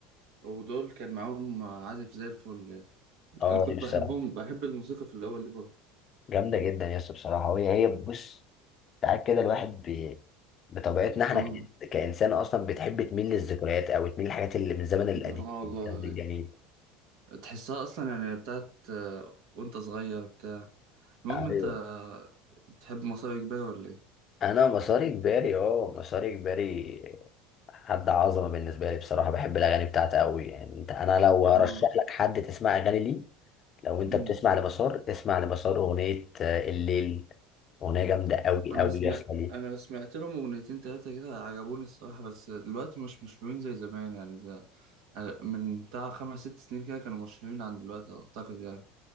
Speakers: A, on the right; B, on the left.
A: ودول كان معاهم عازف زي الفل يعني.
B: اه
A: انا كنت
B: دي بصراحه
A: بحبهم بحب الموسيقى في الاول دي برضه
B: جامده جدا يا اسطى بصراحه وهي هي بص ساعات كده الواحد بي... بطبيعتنا احنا
A: اه
B: ك... كانسان اصلا بتحب تميل للذكريات او تميل للحاجات اللي من الزمن القديم
A: اه والله
B: من الزمن الجميل
A: تحسها اصلا يعني بتاعت آه، وانت صغير بتاع المهم انت
B: ايوه
A: آه، بتحب مصاري كبير ولا ايه
B: انا مساري كباري اه مساري كباري حد عظمه بالنسبه لي بصراحه بحب الاغاني بتاعته قوي يعني انت انا لو هرشح
A: اه
B: لك حد تسمع اغاني ليه لو انت
A: أمم.
B: بتسمع لمسار اسمع لمسار اغنيه آه، الليل اغنيه جامده قوي
A: انا
B: قوي
A: سمعت
B: يا اسطى دي
A: انا سمعت لهم اغنيتين تلاتة كده عجبوني الصراحة بس دلوقتي مش مشهورين زي زمان يعني زي... آه، من بتاع خمس ست سنين كده كانوا مشهورين عن دلوقتي اعتقد يعني